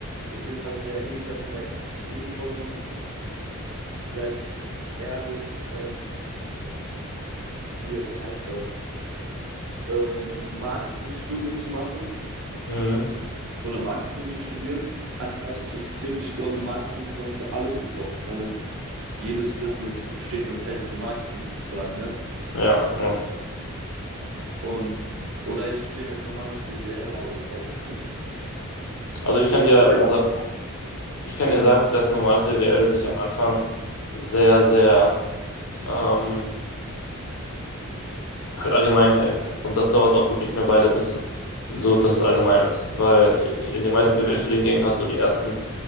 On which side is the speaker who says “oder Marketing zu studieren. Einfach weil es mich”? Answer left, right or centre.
Right